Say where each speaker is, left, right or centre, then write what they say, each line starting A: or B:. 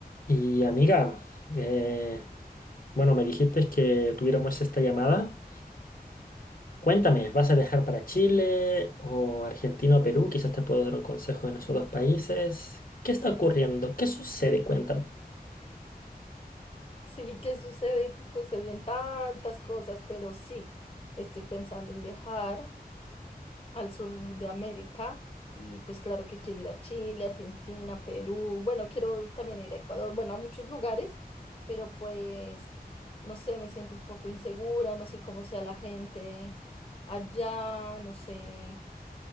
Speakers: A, on the left (about 60°); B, on the left (about 35°).
A: Y amiga, eh, bueno, me dijiste que tuviéramos esta llamada. Cuéntame, ¿vas a viajar para Chile o Argentina o Perú? Quizás te puedo dar un consejo en esos dos países. ¿Qué está ocurriendo? ¿Qué sucede? Cuéntame.
B: Sí, que sucede, suceden tantas cosas, pero sí, estoy pensando en viajar al sur de América y pues claro que quiero ir a Chile, Argentina, Perú, bueno, quiero también ir a Ecuador, bueno, a muchos lugares, pero pues no sé, me siento un poco insegura, no sé cómo sea la gente allá, no sé